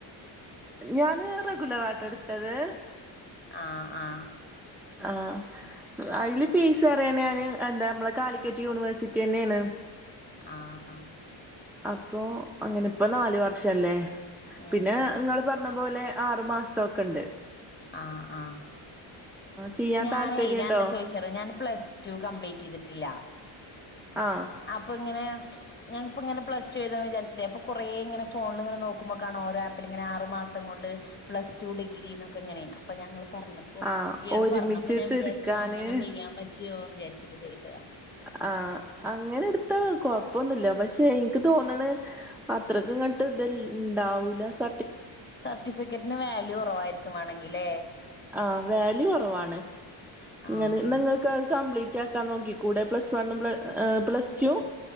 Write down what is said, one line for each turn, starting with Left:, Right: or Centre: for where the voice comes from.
Centre: ഞാന് റെഗുലാറാട്ടോ ഇട്ത്തത്.
Left: ആ ആ.
Centre: ആഹ് അയ്ല് ഫീസ് <unintelligible> എന്താ അമ്മളെ കാലിക്കറ്റ് യൂണിവേഴ്സിറ്റിന്നെയാണ്.
Left: ആഹ്.
Centre: അപ്പൊ അങ്ങനെപ്പോ നാല് വർഷല്ലേ?
Left: ഉം
Centre: പിന്നെ
Left: ഉം
Centre: നിങ്ങള് പറഞ്ഞ പോലെ ആറു മാസത്തൊക്കെ ഇണ്ട്.
Left: ആ ആ.
Centre: ചെയ്യാൻ
Left: ഞാനേ
Centre: താല്പര്യണ്ടോ
Left: ഞാനെന്താ ചോയിച്ചറിയോ ഞാൻ പ്ലസ് ടു കംപ്ലീറ്റ് ചെയ്തിട്ടില്ല
Centre: ആ
Left: അപ്പൊ ഇങ്ങനെ ഞാനിപ്പോ ഇങ്ങനെ പ്ലസ് ടു എഴുതാ വിചാരിച്ചിട്ടേ അപ്പൊ കൊറേ ഇങ്ങന ഫോണിളിങ്ങനെ നോക്കുമ്പോ കാണ ഓരോ ആപ്പിൽ ഇങ്ങന ആറ് മാസ സംക്കൊണ്ട് പ്ല ടു ഡിഗ്രിക്കെ ന്നൊക്കെങ്ങനെ അപ്പൊ ഞാൻ ഇങ്ങൾ പറഞ്ഞപ്പോ
Centre: ആ
Left: ഇയാൾ
Centre: ഒരുമിച്ചിട്ട്
Left: പറഞ്ഞപ്പോ ഞാൻ വിചാരിചു
Centre: എടുക്കാന്
Left: അങ്ങനെ ചെയ്യാൻ പറ്റൊന്ന് വിചരിച്ചിട്ട് ചോദിച്ചതാ.
Centre: ആ അങ്ങനെ ഇട്ത്താ കൊഴപ്പൊന്നുല്ല. പശെ പക്ഷെ ഇൻക്ക് തോന്ന്ണ് അത്രക് ഇങ്ങട്ട് ഇത് ഇണ്ടാവൂല സ
Left: സർട്ടിഫിക്കറ്റിന് വാല്യൂ കുറവായിരിക്കുംവാണെങ്കിലേ?
Centre: ആ വാല്യു കൊറവാണ് ഇങ്ങ
Left: ആഹ്
Centre: ഇന്നങ്ങൾക്ക് അത് കംപ്ലീറ്റ് റ്റാക്കാൻ നോക്കി കൂടെ പ്ലസ്വൺ പ്ല ഏ പ്ലസ്ടു